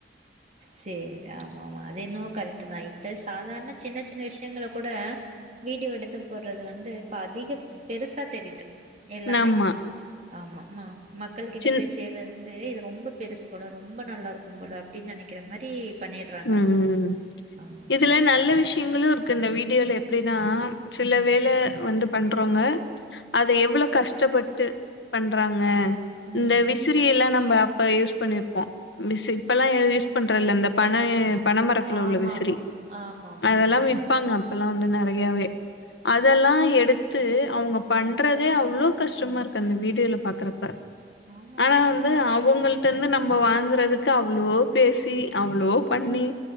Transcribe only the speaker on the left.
ஆமா.
சின்
ம் ம்
இதுல நல்ல விஷ்யங்களு இருக்கு இந்த வீடியோல எப்டினா சில
வேல வந்து பண்றவ்ங்க அத எவ்ளோ கஷ்டப்பட்டு பண்றாங்க
இந்த விசிறியெல்லா நம்ப இப்ப யூஸ் பண்ணிருப்போ மிஸ்ஸு இப்பெல்லா ஏ யூஸ் பண்றதில்ல இந்த பனயே பனமரத்துல
உள்ள விசிறி
அதெல்லா
விப்பாங்க அப்பலா வந்து நெறையாவே
அதெல்லா எடுத்து அவ்ங்க பண்றதே
அவ்ளோ கஷ்டமா இருக்கு அந்த வீடியோல பாக்கறப்ப
ஆனா
வந்து
அவுங்கள்ட்ட இருந்து நம்ப வாங்குறதுக்கு அவ்ளோ பேசி அவ்ளோ பண்ணி